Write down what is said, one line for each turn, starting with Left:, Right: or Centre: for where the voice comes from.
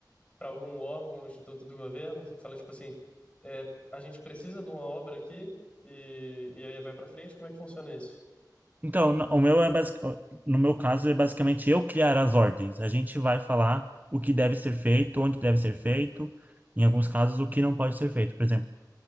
Left: para algum órgão, instituto do governo, que fala, tipo assim, é, a gente precisa de uma obra aqui e, e aí vai para frente? Como é que funciona isso?
Right: Então, na- o meu é basic... no meu caso é basicamente eu criar as ordens. A gente vai falar o que deve ser feito, onde deve ser feito, em alguns casos o que não pode ser feito. Por exemplo,